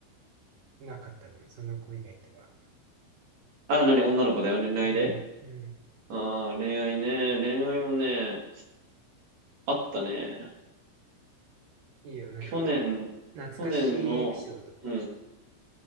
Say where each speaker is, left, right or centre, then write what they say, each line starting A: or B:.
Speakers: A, on the right; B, on the right.
A: なかったのその子以外とは。
B: あ、何女の子だよ。恋愛で
A: うん、うん。
B: ああー、恋愛ね。恋愛はね、あったね。
A: いいよ、なんか、
B: 去年、
A: 懐かしいエピソード。
B: 去年の、うん